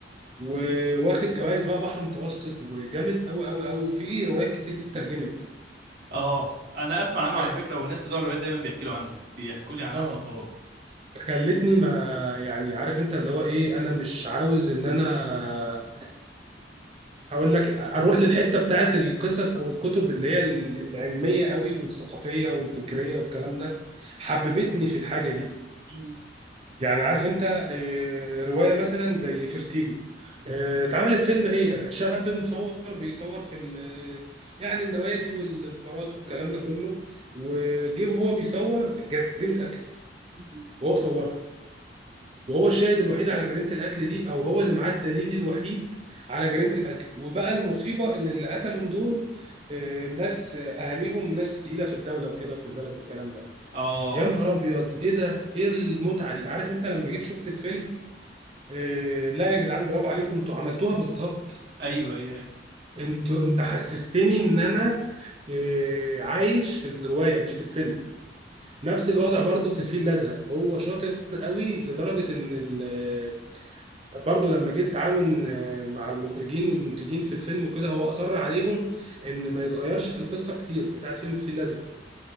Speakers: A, on the right; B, on the right.
A: وواخد جوائز بقى بحر متوسط وجامد قوي قوي قوي وفي روايات كتير دي اترجمت
B: اه انا اسمع عنه
A: أخ-
B: على فكره والناس بتوع الروايات دايما بيحكوا له عنه بيحكوا لي عن
A: اه
B: احمد مراد
A: خلتني ما يعني عارف انت اللي هو ايه انا مش عاوز ان انا هقول لك اروح للحته بتاعت القصص او الكتب اللي هي العلميه قوي والثقافيه والفكريه والكلام ده حببتني في الحاجه دي
B: امم
A: يعني عارف انت آه، روايه مثلا زي فيرتيجو آه، اتعملت فيلم هي شاب مصور بيصور في ال- آه، يعني النوادي والبارات والكلام ده كله وجه هو بيصور جريمه قتل
B: امم
A: وهو صورها وهو الشاهد الوحيد على جريمه القتل دي او هو اللي معاه الدليل الوحيد على جريمه القتل وبقى المصيبه ان اللي قتلهم دول آه، ناس آه، اهاليهم ناس تقيله في الدوله وكده وفي البلد والكلام ده
B: اه
A: يا نهار ابيض ايه ده ايه المتعه دي عارف انت لما جيت شفت الفيلم آه، لا يا جدعان برافو عليكم انتوا عملتوها بالظبط
B: ايوه ايوه ايوه
A: انتوا انت حسستني ان انا آه، عايش في الروايه مش في الفيلم نفس الوضع برضو في الفيل الازرق هو شاطر قوي لدرجه ان ال- برضه لما جيت اتعاون آه، مع المخرجين والمنتجين في الفيلم وكده هو اصر عليهم ان ما يتغيرش في القصه كتير بتاعت فيلم الفيل الازرق